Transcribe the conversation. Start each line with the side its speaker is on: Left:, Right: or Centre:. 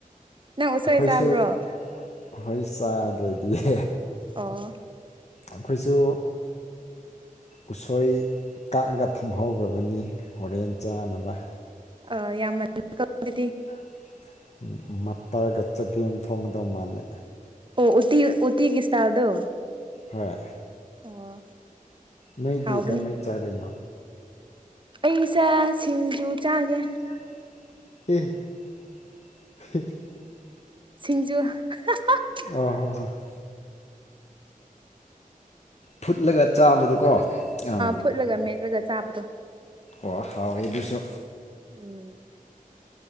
Right: ꯅꯪ ꯎꯁꯣꯏ
Left: ꯑꯩꯈꯣꯏꯁꯨ
Right: ꯆꯥꯕ꯭ꯔꯣ
Left: <unintelligible> ꯍ‌ꯣꯏ ꯆꯥꯗ꯭ꯔꯗꯤ
Right: ꯑꯣ
Left: ꯑꯈꯣꯏꯁꯨ ꯎꯁꯣꯏ ꯀꯥꯛꯑꯒ ꯊꯝꯍꯧꯈ꯭ꯔꯕꯅꯤ ꯍꯣꯔꯦꯟ ꯆꯥꯅꯕ
Right: ꯑ‌ꯣ ꯌꯥꯝ <inaudible> ꯀ‌ꯣ ꯗꯨꯗꯤ
Left: <unintelligible> ꯎꯝ ꯃꯇꯔꯒ ꯆꯒꯦꯝ ꯊꯣꯡꯒꯗꯧ ꯃꯥꯜꯂꯦ
Right: ꯑꯣ ꯎꯇꯤ ꯎꯇꯤꯒꯤ ꯏꯁꯇꯥꯏꯜꯗ‌ꯣ
Left: ꯍꯣꯏ
Right: ꯑꯣ
Left: ꯅꯣꯏꯗꯤ
Right: ꯍꯥꯎꯕꯅꯤ
Left: ꯀꯃꯥꯏ ꯆꯥꯗꯣꯏꯅꯣ
Right: ꯑꯩꯁ‌ꯦ ꯁꯤꯡꯖꯨ ꯆꯥꯒꯦ
Left: ꯆꯥꯒ‌ꯦ ꯑꯦ <unintelligible>
Right: ꯁꯤꯡꯖꯨ <unintelligible>
Left: ꯑꯣ <unintelligible> ꯐꯨꯠꯂꯒ ꯆꯥꯕꯗꯨꯣꯀꯣ ꯑꯥ
Right: ꯐꯨꯠꯂꯒ ꯃꯦꯠꯂꯒ ꯆꯥꯕꯗꯣ
Left: ꯍ ꯍꯥꯎꯋꯦ ꯑꯗꯨꯁꯨ
Right: ꯎꯝ